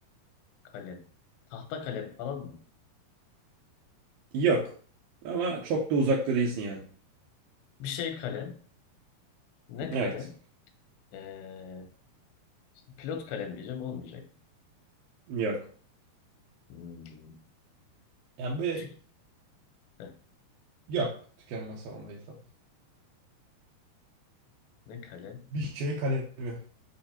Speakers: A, on the left; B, on the right.
A: Kalem. Tahta kalem falan mı?
B: Yok. Ama çok da uzakta değilsin yani.
A: Bir şey kalem. Ne kalem?
B: Evet.
A: Ee, pilot kalem diyeceğim olmayacak.
B: Yok.
A: Hmm.
B: Yani böyle
A: Tük, heh,
B: yok. Tükenmez falan değil tabii.
A: ne kalem?
B: Bir şey kalemi.